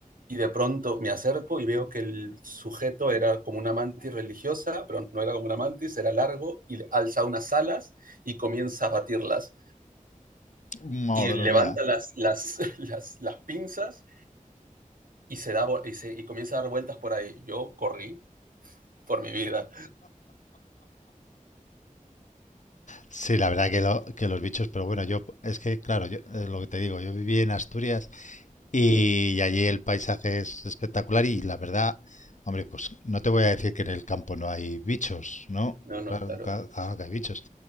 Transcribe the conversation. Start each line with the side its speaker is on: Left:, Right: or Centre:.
Right: Y de pronto me acerco y veo que el sujeto era como una mantis religiosa, pero no era como una mantis, era largo y alza unas alas y comienza a batirlas
Left: Madre
Right: y levanta
Left: mía.
Right: las, las, <laughs> las, las pinzas y, se da, y, se- y comienza a dar vueltas por ahí. Yo corrí por mi vida.
Left: Sí, la verdad que, lo- que los bichos, pero bueno, yo es que, claro, yo, es lo que te digo, yo viví en Asturias y
Right: Ujú.
Left: allí el paisaje es espectacular y la verdad, hombre, pues no te voy a decir que en el campo no hay bichos, ¿no?
Right: No, no,
Left: Claro,
Right: claro.
Left: ca- claro que hay bichos,